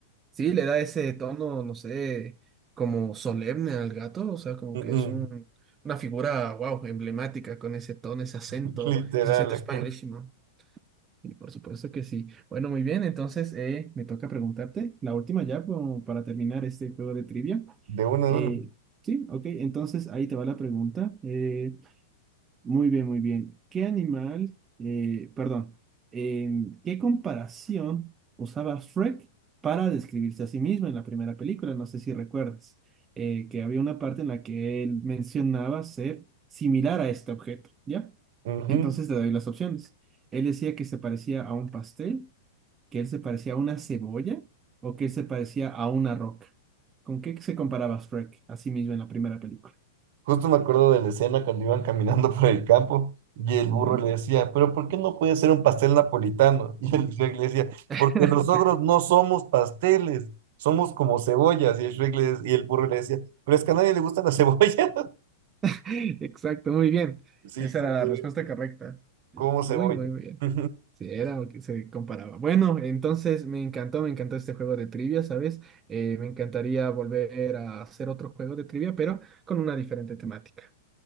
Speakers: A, on the right; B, on the right.
A: Sí, le da ese tono, no sé, como solemne al gato, o sea, como
B: Mm,
A: que
B: mm,
A: es un, una figura, wow, emblemática con ese tono, ese acento,
B: <laughs> Literal,
A: ese acento
B: ajá.
A: españolísimo. Y por supuesto que sí. Bueno, muy bien, entonces eh, me toca preguntarte, la última ya como para terminar este juego de trivia.
B: De uno a
A: Eh,
B: uno.
A: sí, ok, entonces ahí te va la pregunta. Eh, muy bien, muy bien. ¿Qué animal, eh, perdón, em, qué comparación usaba Shrek para describirse a sí mismo en la primera película? No sé si recuerdas, eh, que había una parte en la que él mencionaba ser similar a este objeto, ¿ya?
B: Ujú.
A: Entonces te doy las opciones. Él decía que se parecía a un pastel, que él se parecía a una cebolla o que él se parecía a una roca. ¿Con qué se comparaba Shrek a sí mismo en la primera película?
B: Justo me acuerdo de la escena cuando iban caminando por el campo y el
A: ¿Ya?
B: burro le decía, pero ¿por qué no puede ser un pastel napolitano? <laughs> Y el Shrek le decía,
A: <laughs>
B: porque los ogros no somos pasteles, somos como cebollas. Y el Shrek le, y el burro le decía, pero es que a nadie le gustan las cebollas. <laughs>
A: <laughs> Exacto, muy bien.
B: Sí,
A: Esa
B: exactamente,
A: era la respuesta correcta.
B: como cebolla.
A: Muy, muy bien.
B: <laughs> De
A: Sí, era lo que se comparaba. Bueno, entonces me encantó, me encantó este juego de trivia, ¿sabes? Eh, me encantaría volver a hacer otro juego de trivia, pero con una diferente temática.